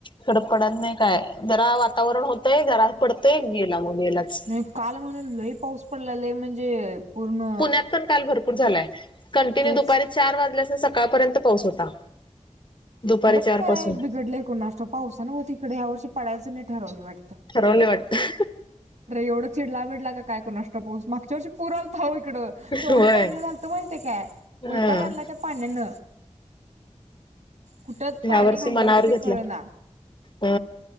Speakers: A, on the left (about 40°); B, on the right (about 80°).
A: खडपडत नाही काय जरा वातावरण होतंय जरा पडतंय गेला मग गेलाच
B: आणि काल म्हणून लही पाऊस पडलेलाय म्हणजे पूर्ण
A: पुण्यात पण काल भरपूर झालाय कंटिन्यू
B: तेच
A: दुपारी चार वाजल्यास सकाळपर्यंत पाऊस होता दुपारी
B: इकडच
A: चार
B: काय
A: पासून
B: बिघडलं एकोणनाष्ट पावसान होत तिकडे ह्या वर्षी पडयचं नाही ठरवले वाटत
A: ठरवणे वाटत
B: तर एवढं चिडला विडला काय करण नष्टोस मागच्या ववर पुराल थाव इकडं तेवढं
A: होय.
B: पाणी घालतं माहििते काय
A: ह
B: होैता का आणला त्या पाण्यान कुठ
A: ह्या
B: पाणी
A: वर्षी
B: घालवायचं
A: मनावर
B: ते
A: घेतलं
B: कळ ना
A: ह